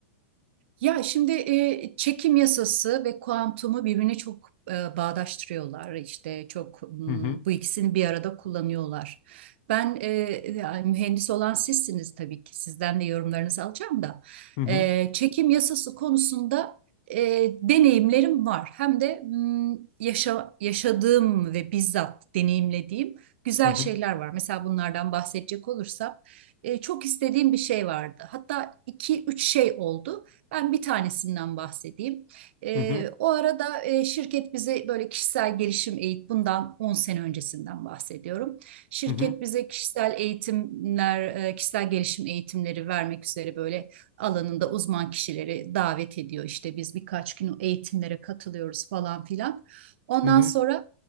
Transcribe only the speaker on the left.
Hı hı.
Hı hı.
Hı hı.
Hı hı
hı hı
hı